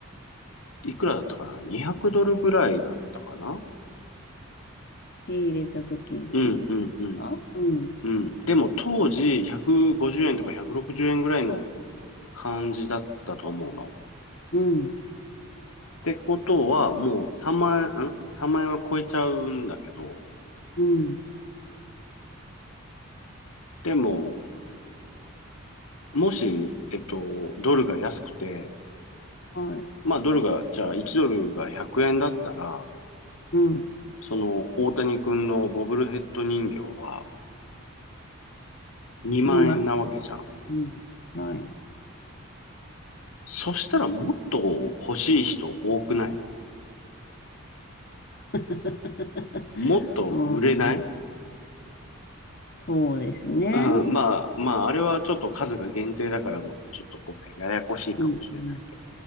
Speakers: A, on the left (about 80°); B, on the left (about 45°).
A: いくらだったかな ?200 ドルぐらいだったかな
B: 仕入れたときってことですかうん。
A: うん、うん、うん、うん。でも当時、150円とか160円ぐらいの感じだったと思うの。っ
B: うん。
A: てことは、もう3万円、ん ?3 万円は超えちゃうんだけど、
B: うん。
A: でも、もし、えっと、ドルが安くて、
B: はい。
A: まあ、ドルが、じゃあ1ドルが100円だったら、
B: うん。
A: その大谷君のボブルヘッド人形は2万円なわけじゃん。
B: 2枚。うん。はい。
A: そしたらもっと欲しい人多くない
B: <laughs>
A: もっと売れない
B: ああ、そうですね。
A: うん、まあ、まあ、あれはちょっと数が限定だから、またちょっとごめん、ややこしいかもしれないけど。
B: うん。うん